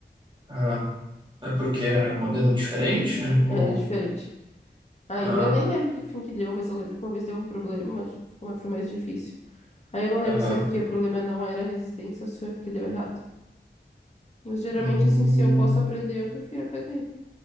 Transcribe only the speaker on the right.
Aham. É porque era um modelo diferente?
Ou.
Ah,
aham.
Hum,